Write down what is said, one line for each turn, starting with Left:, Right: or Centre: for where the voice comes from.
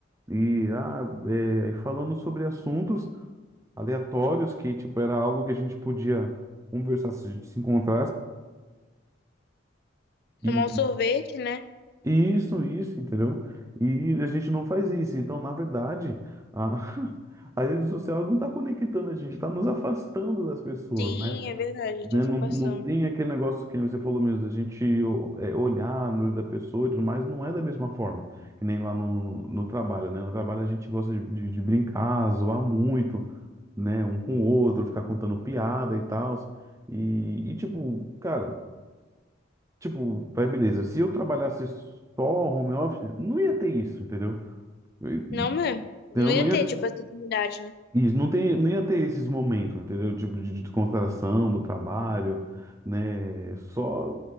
Right: E ah, é, aí falando sobre assuntos aleatórios, que tipo, era algo que a gente podia conversar se a gente se encontrasse. E
Left: Tomar um sorvete, né?
Right: isso, isso, entendeu? E a gente não faz isso. Então, na verdade, a, <laughs> a rede social não está conectando a gente, está nos afastando das pessoas,
Left: Sim,
Right: né?
Left: é verdade,
Right: Né?
Left: tá se
Right: Não,
Left: afastando.
Right: não tem aquele negócio que você falou mesmo, da gente o- é, olhar no olho da pessoa e tudo mais, não é da mesma forma. Que nem lá no, no, no trabalho, né? No trabalho a gente gosta de, de de brincar, zoar muito. né, um com o outro, ficar contando piada e tal. E, e, tipo, cara, tipo, vai beleza. Se eu trabalhasse só home office, não ia ter isso, entendeu? Entendeu?
Left: Não mesmo. Não ia
Right: Não ia-
Left: ter, tipo, essa intimidade, né?
Right: isso, não tem, não ia ter esses momentos, entendeu? Tipo, de descontração do trabalho, né? Só.